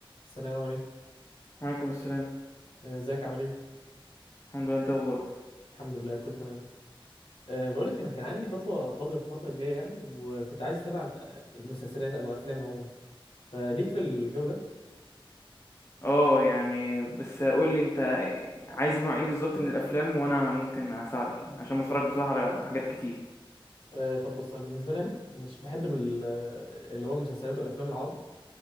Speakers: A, on the left; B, on the left.
A: السلام عليكم
B: وعليكم السلام
A: آه، ازيك عامل ايه
B: الحمد لله انت اخبارك
A: الحمد لله كله تمام أه بقول لك انا كان عندي فتوى فاضيه الفتره الجايه يعني وكنت عايز اتابع آه، مسلسلات او افلام عموما فليك في الجو ده
B: اه يعني بس قول لي انت عايز نوع ايه بالظبط من الافلام وانا ممكن اساعدك يعني عشان بتفرج بصراحه على حاجات كتير
A: أه طب بص انا بالنسبه لي انا مش بحب ال- آه، اللي هو المسلسلات والافلام العربي